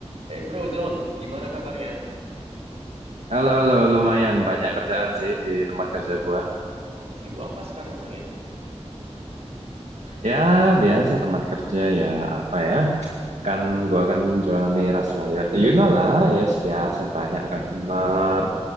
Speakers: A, on the right; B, on the right.
A: Hey bro John, gimana kabarnya?
B: Halo, halo, lumayan banyak kerjaan sih di tempat kerja gua.
A: Oh, sibuk apa sekarang emangnya?
B: Ya, biasa tempat kerja ya, apa ya? Kan gua kan jualan miras lah ya. You know lah, yes,
A: Oh,
B: biasa banyak customer.